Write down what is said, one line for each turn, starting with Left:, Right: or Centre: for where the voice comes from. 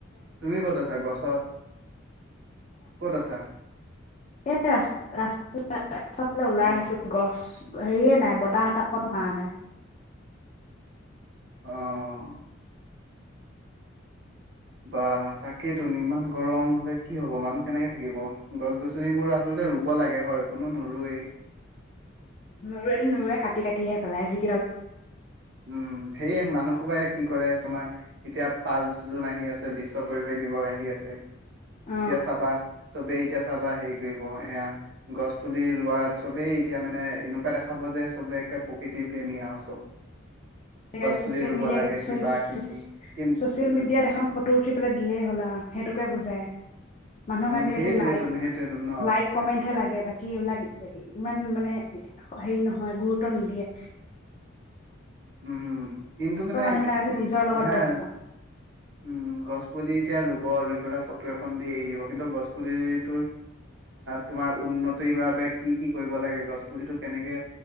Right: তুমি ক'ত আছা গছৰ, ক'ত আছা?
Left: এ ৰাস্ত ৰাস্ত ৰাস্তা ফালে ওলাই
Right: অ',
Left: আহিছোঁ গছ হেৰিয়ে নাই বতাহ অকণ মাৰা নাই,
Right: অ-অ' বা তাকেইতোন ইমান গৰম হলে কি হ'ব মানুহ কেনেকে থাকিব গছ গছনিবোৰ আচলতে ৰুব লাগে হয়। কোনো নোৰুৱেই।
Left: নুৰুৱেটো নুৰুৱে কাটি কাটি কাটিহে পেলাই যি,
Right: উম সেয়েহে কি কৰে তোমাৰ এতিয়া পাঁচ জুন আহি আছে বিশ্ব পৰিৱেশ দিৱস আহি আছে।
Left: অ
Right: এতিয়া চাবা চবেই এতিয়া চাবা হেৰি কৰিব এয়া গছ পুলি ৰোৱাত চবেই এতিয়া মানে এনেকুৱা দেখাব যে চবে একে প্ৰকৃতিৰ প্ৰেমী আৰু <inaudible>
Left: আজিকালি
Right: পুলি
Left: চচিয়েল
Right: ৰুব
Left: মিডিয়া
Right: লাগে
Left: <unintelligible>
Right: কিবা কিনি কিন
Left: ছচিয়েল
Right: উম,
Left: মিডিয়াত এখন ফটো উঠি পেলাই দিলেই হলা। সেইটোকে বুজাই, মানুহক
Right: উম,
Left: আজিকালি
Right: সেইটোৱেটোন
Left: লাইক
Right: সেইটোৱেটোন ন।
Left: লাইক কমেন্টহে লাগে বাকী এইবিলাক ইমান মানে, হেৰি নহয় গুৰুত্ব নিদিয়ে।
Right: উম! কিন্তু
Left: চব
Right: মানে
Left: মানুহবিলাক আজি নিজৰ লগত
Right: সেয়া
Left: ব্যস্ত
Right: উম গছপুলিত, এতিয়া ৰুব ৰুই পেলাই ফটো এখন দি এৰি দিব কিন্তু গছ পুলিটো তোমাৰ উন্নতিৰ বাবে কি কি কৰিব লাগে গছ পুলিটো কেনেকে